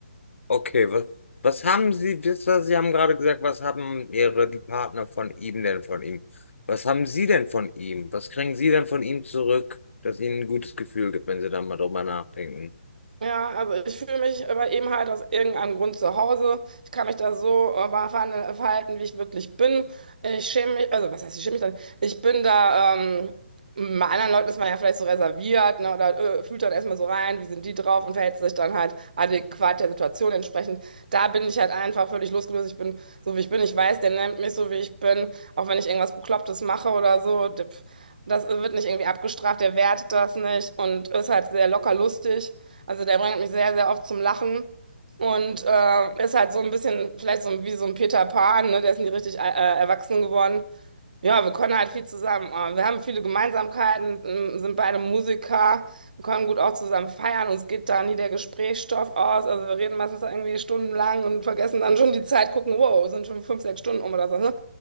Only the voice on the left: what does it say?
Okay, was, was haben Sie, das war- Sie haben gerade gesagt, was haben Ihre, die Partner von ihm denn von ihm? Was haben Sie denn von ihm? Was kriegen Sie denn von ihm zurück, das Ihnen ein gutes Gefühl gibt, wenn Sie da mal drüber nachdenken?